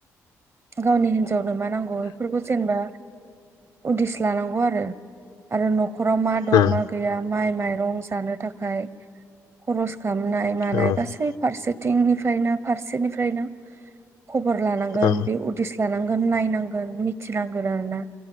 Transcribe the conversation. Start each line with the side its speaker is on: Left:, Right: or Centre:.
Right: गावनि बिमा सोरनो मा नांगौ बेफोरखौ जेनेबा उदिस लानांगौ आरो आरो न'खर न'खराव मा दं
Left: उम
Right: मा गैया माइ माइरं जानो थाखाय खरस खामनाय मानाय
Left: औ औ
Right: गासै फारसे थिंनिफ्रायनो फारसेनिफ्रायनो खबर लानांगोन
Left: औ औ
Right: उदिस लानांगोन नायनांगोन मिथिनांगोन आरो ना